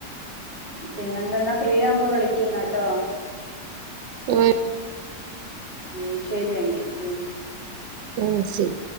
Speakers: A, on the left; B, on the right.
A: പിന്നെ എന്ത ന്നാ ഫ്രീയാവുമ്പോ വിളിക്ക് ന്നാട്ടോ
B: ഉം
A: ഉം ശരി അങ്കി ഉം
B: ആ ശരി